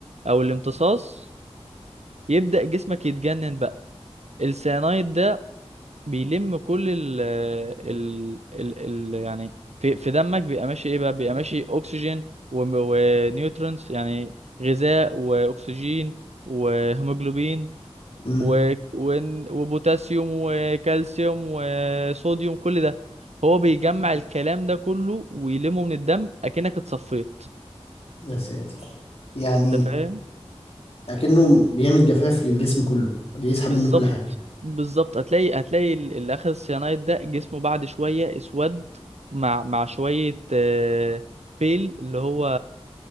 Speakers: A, on the right; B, on the left.
A: أو الامتصاص يبدأ جسمك يتجنن بقى السيانايد ده بيلم كل ال آه، ال ال, ال يعني في, في دمك بيبقى ماشي ايه بقى بيبقى ماشي أكسجين ونيوترونز يعني غذاء وأكسجين وهيموجلوبين
B: امم
A: و... ون- وبوتاسيوم وكالسيوم وصوديوم كل ده هو بيجمع الكلام ده كله ويلمه من الدم اكنك اتصفيت
B: يا ساتر يعني
A: انت فاهم
B: اكنه بيعمل جفاف للجسم كله بيسحب
A: بالظبط
B: منه كل حاجة
A: بالظبط هتلاقي هتلاقي ال- اللي اخذ السيانايد ده جسمه بعد شويه اسود مع مع شويه آه، بيل اللي هو